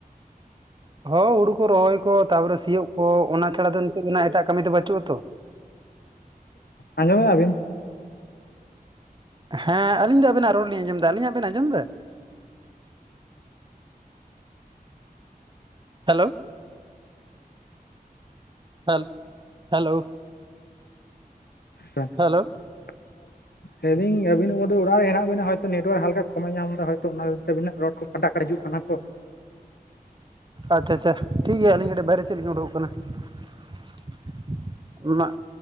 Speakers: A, on the right; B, on the left.
A: ᱦᱳᱭ ᱦᱩᱲᱩ ᱠᱚ ᱨᱚᱦᱚᱭ ᱠᱚ ᱛᱟᱯᱚᱨᱮ ᱥᱤᱭᱳᱜ ᱠᱚ ᱚᱱᱟ ᱪᱷᱟᱲᱟ ᱫᱚ ᱱᱤᱛᱚᱜ ᱫᱚ ᱮᱴᱟᱜ ᱠᱟᱹᱢᱤ ᱫᱚ ᱵᱟᱪᱩᱜ-ᱟᱛᱚ ᱾
B: ᱟᱸᱡᱚᱢᱮᱫ ᱟᱵᱤᱱ?
A: ᱦᱮᱸ ᱟᱞᱤᱧ ᱫᱚ ᱟᱵᱱᱟᱜ ᱨᱚᱲ ᱞᱤᱧ ᱟᱡᱚᱢ ᱮᱫᱟ ᱾ ᱟᱹᱞᱤᱧᱟᱜ ᱵᱮᱱ ᱟᱸᱡᱚᱢ ᱮᱫᱟ? Hello <inaudible> ᱦᱮᱞ hello.
B: ᱦᱮᱸ ᱾
A: ᱦᱮᱞᱳ
B: <inaudible> ᱞᱟᱹᱭ ᱮᱫᱟᱹᱧ ᱟᱵᱤᱱᱟᱜ <unintelligible> ᱫᱚ ᱚᱲᱟᱜ ᱨᱮ ᱦᱮᱱᱟᱜ ᱵᱤᱱᱟ ᱦᱚᱭᱛᱳ ᱱᱮᱴᱳᱣᱟᱨᱠ ᱦᱟᱞᱠᱟ ᱠᱚᱢᱮ ᱮ ᱧᱟᱢ ᱮᱫᱟ, ᱦᱚᱭ ᱛᱳ ᱚᱱᱟ ᱠᱷᱟᱹᱛᱤᱨ ᱛᱮ ᱟᱵᱱᱟᱜ ᱨᱚᱲ ᱠᱟᱴᱟᱜ ᱠᱟᱲ ᱦᱤᱡᱩᱜ ᱠᱟᱱᱟ ᱛᱚ ᱾
A: ᱟᱪᱪᱷᱟ ᱟᱪᱪᱷᱟ, ᱴᱷᱤᱠ ᱜᱮᱭᱟ ᱟᱹᱞᱤᱧ ᱠᱟᱹᱴᱤᱡ ᱵᱟᱭᱨᱮ ᱥᱮᱫ ᱞᱤᱧ ᱩᱰᱩᱠᱚᱜ ᱠᱟᱱᱟ ᱾ <inaudible> ᱢᱟᱜ